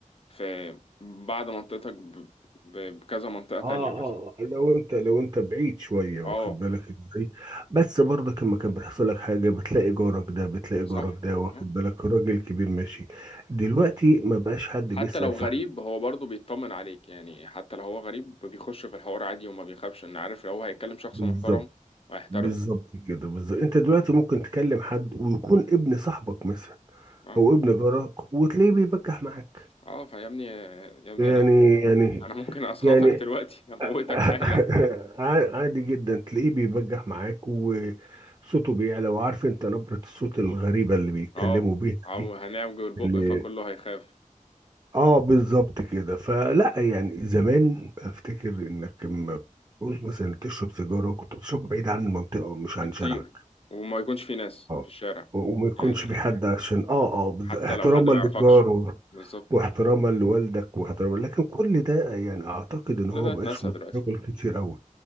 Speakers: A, on the left (about 45°); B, on the right (about 30°).
A: في بعد منطقتك ب- ب- بكذا منطقة تانية
B: اه
A: مثلا
B: اه آه، لو انت لو انت بعيد شويه واخد
A: أه
B: بالك ازاي بس برضك لما كان بيحصل لك حاجه بتلاقي جارك ده بتلاقي
A: صح
B: جارك ده واخد
A: أه
B: بالك راجل كبير ماشي دلوقتي ما بقاش حد
A: حتى
B: بيسأل
A: لو
B: في
A: غريب
B: حد
A: هو برضه بيطمن عليك يعني حتى لو هو غريب بيخش في الحوار عادي وما بيخافش إن عارف لو هو هيتكلم شخص
B: بالظبط
A: محترم وهيحترمه
B: بالظبط كده بالظبط انت دلوقتي ممكن تكلم حد ويكون ابن صاحبك مثلا
A: أه
B: او ابن جارك وتلاقيه بيبجح معاك
A: أه فيا ابني يا ابني
B: يعني
A: أنا
B: يعني
A: أنا ممكن أسخطك
B: يعني
A: دلوقتي أموتك
B: <laughs>
A: حالا
B: ع- عادي جدا تلاقيه بيبجح معاك وصوته بيعلى وعارف انت نبرة الصوت الغريبة اللي بيتكلموا
A: اه
B: بيها
A: عو-
B: دي
A: هنعوج البق
B: اللي
A: فكله هيخاف
B: اه بالظبط كده فلا يعني زمان افتكر انك لما بتعوز مثلا تشرب سيجارة كنت بتشرب بعيد عن المنطقة مش
A: بكتير
B: عن شارعك
A: وما يكونش في ناس
B: اه
A: في الشارع
B: وما يكونش
A: يعني
B: في حد عشان اه اه بالظبط.
A: حتى
B: احتراما
A: لو حد ما
B: للجار
A: يعرفكش بالظبط
B: واحتراما لوالدك واحتراما لكن كل ده يعني اعتقد ان
A: كل
B: هو
A: ده
B: مبقاش
A: اتنسى
B: متداول
A: دلوقتي
B: كتير قوي